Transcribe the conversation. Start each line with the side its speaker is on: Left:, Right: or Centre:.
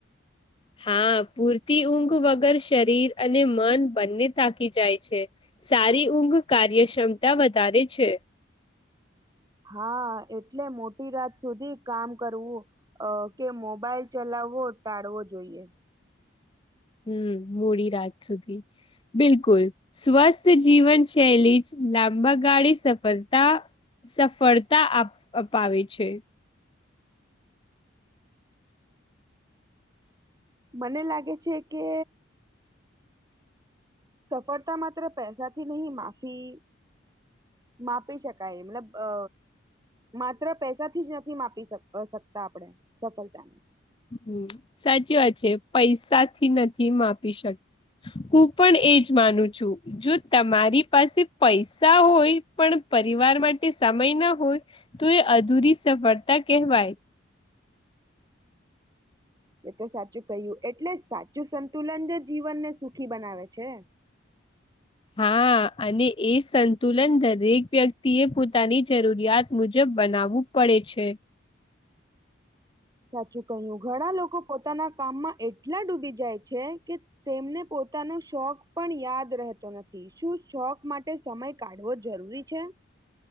Left: હા પૂરતી ઊંઘ વગર શરીર અને મન બંને થાકી જાય છે સારી ઊંઘ કાર્યક્ષમતા વધારે છે
Right: હા એટલે મોટી રાત સુધી કામ કરવું અ કે મોબાઈલ ચલાવવો ટાળવો જોઈએ
Left: હમ્મ મોડી રાત સુધી બિલકુલ સ્વસ્થ જીવન શૈલી લાંબા ગાડી સફળતા સફળ તા અપાવે છે
Right: મને લાગે છે કે સફળતા માત્ર પૈસાથી નહી માફી માપી શકાય મતલબ અ માત્ર પૈસાથી જ નથી માપી સકતા આપણે સફળતા ને
Left: હમ્મ સાચી વાત છે પૈસા થી નથી માપી શકત હું પણ એજ માનું છું. જો તમારી પાસે પૈસા હોય પણ પરિવાર માટે સમય ના હોય તો એ અધૂરી સફળતા કહેવાય
Right: એ તો સાચું કહ્યું એટલે સાચું સંતુલન જ જીવનને સુખી બનાવે છે.
Left: હા અને એ સંતુલન દરેક વ્યક્તિ એ પોતાની જરૂરિયાત મુજબ બનાવવું પડે છે
Right: સાચું કહ્યું ઘણા લોકો પોતાના કામમાં એટલા ડૂબી જાય છે કે તેમને પોતાનો શોખ પણ યાદ રહેતો નથી શું શોખ માટે સમય કાઢવો જરૂરી છે?